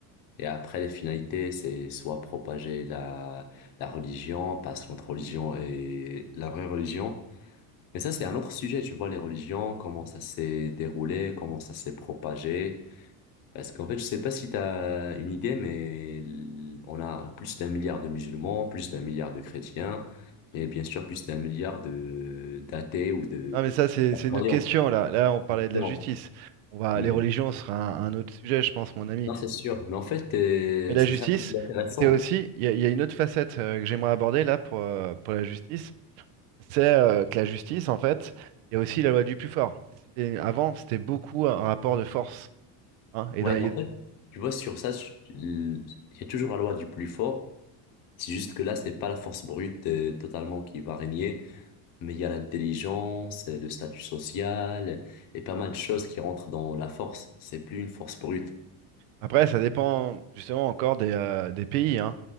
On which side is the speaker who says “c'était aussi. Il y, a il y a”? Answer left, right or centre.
Right